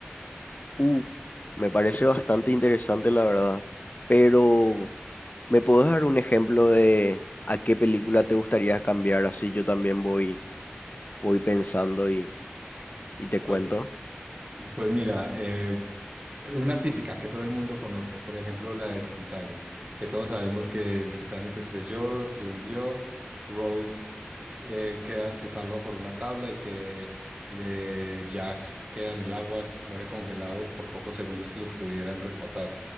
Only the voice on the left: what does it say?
Uh, me parece bastante interesante la verdad, pero ¿me podés dar un ejemplo de a qué película te gustaría cambiar? Así yo también voy, voy pensando y, y te
cuento.